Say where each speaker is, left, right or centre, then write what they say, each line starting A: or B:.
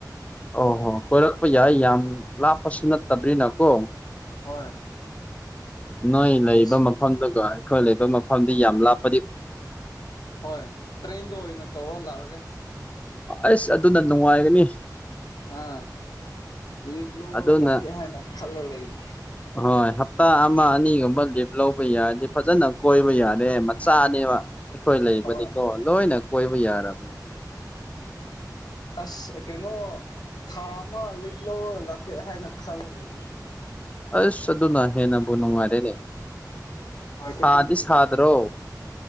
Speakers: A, on the left; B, on the left.
A: ꯑꯣ ꯍꯣ ꯀꯣꯏꯔꯛꯄ ꯌꯥꯏ ꯌꯥꯝ ꯂꯥꯞꯄꯁꯨ ꯅꯠꯇꯕꯅꯤꯅꯀꯣ
B: ꯍꯣꯏ <inaudible>
A: ꯅꯣꯏ ꯂꯩꯕ
B: ꯑꯁ
A: ꯃꯐꯝꯗꯨꯒꯣ ꯑꯩꯈꯣꯏ ꯂꯩꯕ ꯃꯐꯝꯗꯤ ꯌꯥꯝ ꯂꯥꯞ
B: ꯍꯣꯏ ꯇ꯭ꯔꯦꯟꯗꯣ ꯑꯣꯏꯅ ꯇꯧꯔ ꯂꯥꯛꯑꯒꯦ
A: ꯑꯁ ꯑꯗꯨꯗ ꯅꯨꯡꯉꯥꯏꯒꯅꯤ
B: ꯑꯥ ꯂꯤꯠ ꯂꯧꯔꯂ
A: ꯑꯗꯨꯅ
B: ꯀꯦ ꯍꯥꯏꯦꯅ ꯈꯜꯂ ꯂꯩ ꯂꯩ
A: ꯍꯣꯏ ꯍꯞꯇꯥ ꯑꯃ ꯑꯅꯤꯒꯨꯝꯕꯞ ꯂꯧꯕ ꯌꯥꯔꯗꯤ ꯐꯖꯅ ꯀꯣꯏꯕ ꯌꯥꯔꯦ ꯃꯆꯥꯅꯦꯕ ꯑꯩꯈꯣꯏ ꯂꯩꯕꯗꯤꯀꯣ
B: ꯍꯣꯏ
A: ꯂꯣꯏꯅ ꯑꯩꯣꯏ ꯕ ꯌꯥꯔꯅꯦ
B: ꯑꯁ ꯀꯩꯅꯣ ꯊꯥ ꯑꯃ ꯂꯤꯞ ꯂꯧꯔꯒ ꯂꯥꯛꯀꯦ ꯍꯥꯏꯅ ꯈꯜꯂ ꯂꯩꯕꯅꯤ
A: ꯑꯁ ꯑꯗꯨꯅ ꯍꯦꯟꯅꯕꯨ ꯅꯨꯡꯉꯥꯏꯔꯦꯅꯦ
B: ꯍꯣꯏꯦꯇꯪ
A: ꯁꯥꯗꯤ ꯁꯥꯗ꯭ꯔꯣ